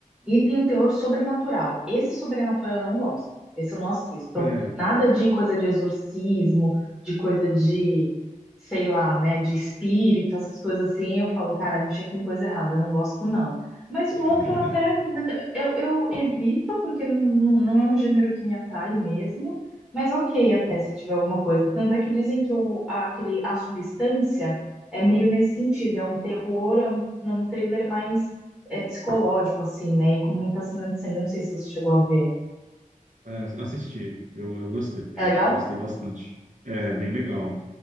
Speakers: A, in the centre; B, on the right (about 60°).
A: E tem o terror sobrenatural. Esse sobrenatural eu não gosto. Esse eu não assisto. Então,
B: É.
A: Nada de coisa de exorcismo, de coisa de, sei lá, né, de espírito, essas coisas assim. Eu falo, cara, mexer com coisa errada, eu não gosto, não. Mas o
B: <laughs>
A: outro eu até eu, eu evito, porque não, não, não é um gênero que me atrai mesmo. Mas ok, até se tiver alguma coisa. Tanto é que dizem que o, a- aquele, a substância é meio nesse sentido, é um terror, é um, é um thriller mais é psicológico, assim, né? E com muita cena de sangue, eu não sei se você chegou a ver.
B: É, assisti, eu, eu gostei,
A: É legal?
B: gostei bastante. É bem legal.